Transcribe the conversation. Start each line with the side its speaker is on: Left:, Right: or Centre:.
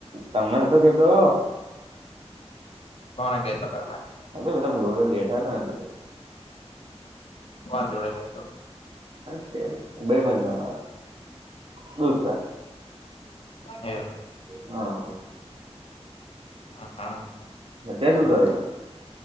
Right: તમનેતો કેતો.
Left: કોને કેતા તમે.
Right: અ એટા ભે બેઠા તા.
Left: વાંધડે બે.
Right: છે ભાઈબંધ જર દુસ્ત.
Left: એવું.
Right: હા.
Left: હ હા.
Right: અત્યારે શું કરો તો?